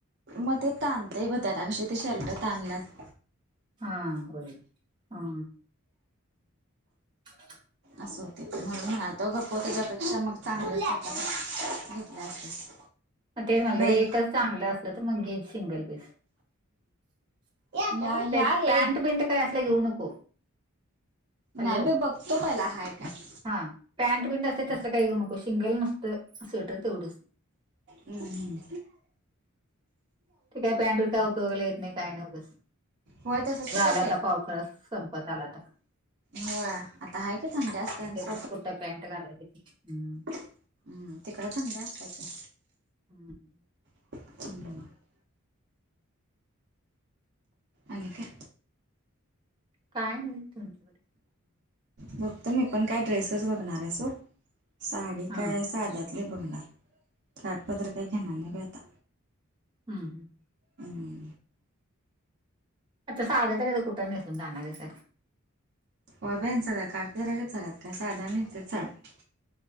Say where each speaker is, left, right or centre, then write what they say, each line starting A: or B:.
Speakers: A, on the right; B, on the right.
A: मग ते ताणतय ब त्याता कशी ते शेल्ट ताणल्यास.
B: हा हा, ह <inaudible>
A: असं होतंय म्हणाल तो गप्प त्याच्यापेक्षा मग चांगलंच होत. गुत नाफस
B: मग तेच म्हणलं
A: <inaudible> बर.
B: एकच चांगलं असलं तर मग घे सिंगल पीस
A: या यारे.
B: ते पॅन्ट बिंट काय असलं घेऊ नको हॅलो
A: नाही बाई बघतो पहिला हाय काय.
B: हा पॅनट पिंट असते तसं काही होऊ नको शिंगल नसतं स्वेटर तेवढेच.
A: हम्म हम्म.
B: ते काय पॅन्टूचा उपयोगला येत नाही काय नाही उगाच.
A: होय तसं होतंय.
B: ला आता पावसाळा संपत आला आता.
A: होय आता आहे की थंडच असतात.
B: त कुटा पँंट गालाते हम्म.
A: हम्म तिकड थंड असत्या की.
B: हम्म.
A: ह <inaudible> आणि काय.
B: काय नाही तुमच्याकडे.
A: बघतो मी पण काय ड्रेसेस बघणार आहे सोड साडी
B: हा
A: काय साध्यात. कले बघणार काटपदर काही घेणार नाही बाई आता.
B: हम हम.
A: हम.
B: आता साड्या तरी कुठं नेून जाणार आहेस.
A: होय बाई सगळ्या काठपदराच्या झाल्यात काय साधा नाहीतर साड्या.